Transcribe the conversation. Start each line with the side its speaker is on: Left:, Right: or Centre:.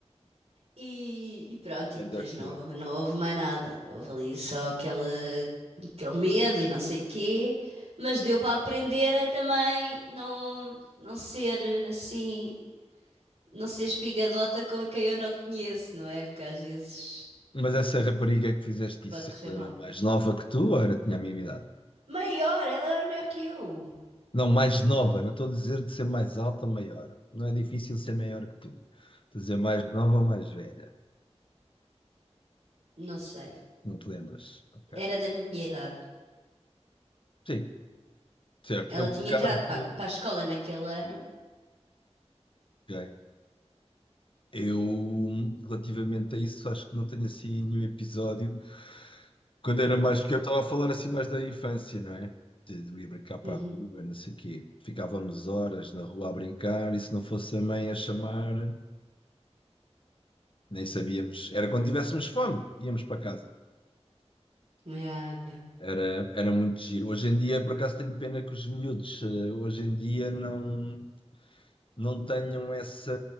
Right: E, e pronto,
Left: Ganda
Right: e depois
Left: filme.
Right: não, houve- não houve mais nada, houve ali só aquele, aquele medo e não sei o quê, mas deu para aprender a também não, não ser assim não ser espigadota com quem eu não conheço, não é? Porque às vezes
Left: Mas essa rapariga que fizeste
Right: pode
Left: isso,
Right: correr
Left: ela
Right: mal.
Left: era mais nova que tu ou era, tinha a mesma idade?
Right: Maior, ela era maior que eu.
Left: Não, mais nova, não estou a dizer de ser mais alta ou maior. Não é difícil ser maior que tu. Estou a dizer mais nova ou mais velha.
Right: Não sei.
Left: Não te lembras? Ok.
Right: Era da minha idade.
Left: Sim, certo.
Right: Ela
Left: Eu,
Right: tinha
Left: por acaso,
Right: entrado para, para a escola naquele ano.
Left: ok. Eu, relativamente a isso, acho que não tenho assim nenhum episódio. Quando era mais pequeno, eu estava a falar assim mais da infância, não é? De, de ir brincar para
Right: Uhum.
Left: a rua, não sei o quê. Ficávamos horas na rua a brincar e se não fosse a mãe a chamar, nem sabíamos. Era quando tivéssemos fome, íamos para casa.
Right: Yeah, yeah.
Left: Eh, Era muito giro. Hoje em dia, por acaso, tenho pena que os miúdos, eh, hoje em dia, não, não tenham essa,